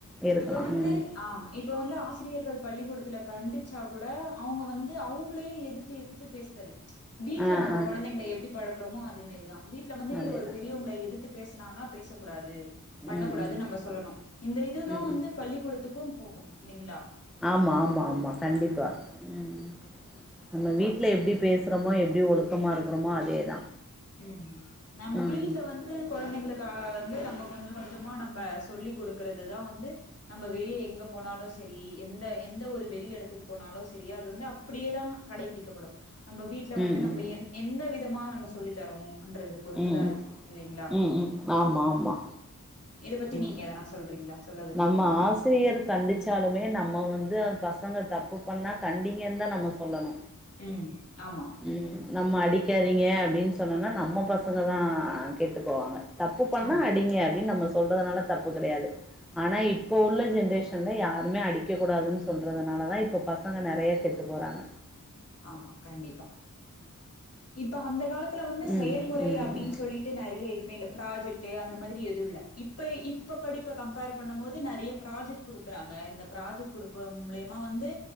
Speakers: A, in the centre; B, on the left (about 45°).
A: இருக்கலா
B: இப்ப வந்து
A: ம்
B: ஆஹ் இப்ப வந்து ஆச சிரியர்கள் பள்ளிக்கூடத்துல கண்டிச்சா கூட அவங்க வந்து அவங்களையு எதிர்த்து எதிர்த்து பேசுறது வீட்டுல
A: ஆ
B: நம்ம
A: ஆ
B: கொழந்தைங்கள எப்டி பழக் க்கறமோ அதே மேரிதா வீட்ல வந்து
A: அதேதா
B: ஒரு பெரியவங்கள எது த்து பேசுனாங்கனா பேசக்கூடாது பண்ணக்கூடாது
A: ம் ம்
B: நம்ப சொல்லணு இந்த இதுதா
A: ம்
B: வந்து
A: ம்
B: பள்ளிக்கூடத்துக்கும் போகு இல்லைங்ளா
A: ஆமா ஆமா ஆமா கண்டிப்பா உம் நம்ம வீட்டுல எப்டி பேசுறோமோ எப்டி ஒழுக்கமா இருக்குறோமோ அதேதா
B: உம் நம்ம
A: ம்
B: வீட்டுல வந்து கொழந்தைங்களுக்காக வந்து நம்ம கொஞ்சம் கொஞ்சமா நம்ம சொல்லி குடுக்கறதுதா வந்து நம்ப வெளிய எங்க போனாலு சரி எந்த எந்த ஒரு வெளி எடத்துக்கு போனாலு சரி அது வந்து அப்படியேதா கடைபிடிக்கப்படு நம்ம வீட்ல வந்து
A: ம் ம்
B: நம்ம எந் எந்த வி விட்டமா நம்ம சு சொல்லித் தரோம் ன்றது பொறுத்துதான்
A: ம்
B: இருக்கு இல்லைங்களா
A: ம் ம் ஆமா ஆமா
B: இத பத்தி
A: ம்
B: நீங்க எதனா சொல்றீங்களா சொல்ல விரும்புறீங்களா
A: நம்ம ஆசிரியர் கண்டுச்சாலுமே நம்ம வந்து பசங்க தப்பு பண்ணா கண்டிங்கன் தா நம்ம சொல்லணு
B: ம் ஆமா
A: உம் நம்ம அடிக்காதீங்க அப்டின் சொன்னன்னா நம்ம பசங்க தா கெட்டு போவாங்க தப்பு பண்ணா
B: ஆமா
A: அடிங்க அப்டின்னு நம்ம சொல்றனால தப்பு கெடையாது ஆனா இப்போ உள்ள ஜென்ரேஷன்ல யாருமே அடிக்க கூடாதுன்னு சொல்றதுனாலதா இப்ப பசங்க நெறைய கெட்டு போறாங்க
B: ஆமா கண்டிப்பா இப்ப அந்த காலத் துல வந்து செயல்முறை
A: ம் ம்
B: அப்டின்னு சொல்லிட்டு நெறைய எதுமே இல்ல ப்ராஜெக்ட் டு அந்த மாதிரி எது இல்ல இப்ப இப்ப படிப்ப கம்பேர் பண்ணும் போது நெறைய ப்ராஜெக்ட் குடுக்குறாங்க இந்த ப்ராஜெக்ட் குடுக்கவ் மூலியமா வந்து